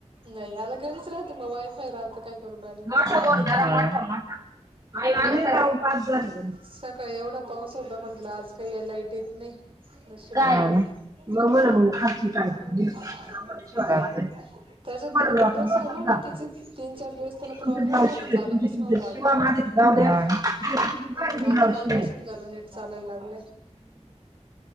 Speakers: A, on the right; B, on the right.
A: नई आता घरीच राहते म वायफाय राहत काय? करू बॅलन्स
B: <unintelligible>
A: हम्म सकाळी एवडा पाऊस होता. मटलं, आज काय लाईट येत नाही. नशीब
B: काय
A: आली <inaudible>
B: मग बरं मग खालची काय
A: हं.
B: आम्हाला
A: <inaudible>
B: शिवाय वाचायचं तुम्हाला
A: त्याज ते
B: लोकां
A: बसवल
B: वाटत
A: नं
B: जात
A: तेच तीन - चार दिवस त्यांला प्रॉब्लेमच
B: तुमचे ब्लाऊज
A: होता.
B: शिवले
A: चालतच
B: तुमचे तुमचे
A: नव्हतं
B: शिवा
A: आगं. हम्म.
B: माझे जाऊ द्या हा. माझे
A: आता
B: ब्लाऊज
A: काल
B: शिवले
A: पासून जरा निट चालायला लागलय.